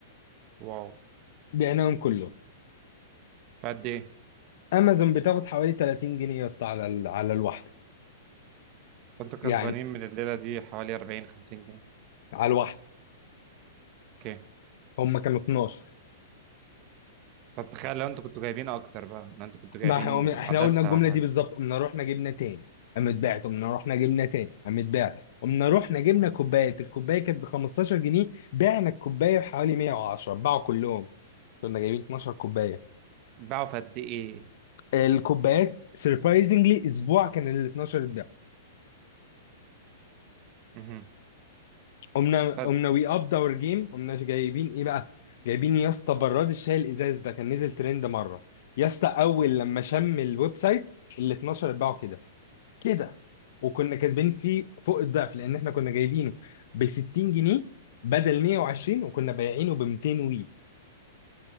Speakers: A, on the right (about 40°); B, on the left (about 60°).
A: واو
B: بعناهم كله
A: في قد ايه
B: امازون بتاخد حوالي 30 جنيه يا اسطى على ال... على الواحده
A: كنتوا كسبانين
B: يعني
A: من الليله دي حوالي 40 50 جنيه
B: على الواحده
A: اوكي
B: هم كانوا 12
A: طب تخيل لو انتوا كنتوا جايبين اكتر بقى لو انتوا كنتوا جايبين
B: ما احنا قمنا
A: بتاع
B: احنا
A: دستة
B: قلنا الجمله
A: ولا
B: دي
A: حاجه
B: بالظبط قمنا رحنا جبنا تاني قامت باعت قمنا رحنا جبنا تاني قامت باعت قمنا رحنا جبنا كوبايه الكوبايه كانت ب 15 جنيه بعنا الكوبايه بحوالي 110 باعوا كلهم كنا جايبين 12 كوبايه
A: باعوا في قد ايه
B: الكوبايات سربرايزنجلي اسبوع كان ال 12 اتباع
A: مهم.
B: قمنا
A: حلو
B: قمنا وي اب اور جيم قمنا جايبين ايه بقى جايبين يا اسطى براد الشاي الازاز ده كان نزل ترند مره يا اسطى اول لما شم الويب سايت ال 12 اتباعوا كده كده وكنا كسبانين فيه فوق الضعف لان احنا كنا جايبينه ب 60 جنيه بدل 120 وكنا بايعينه ب 200 وي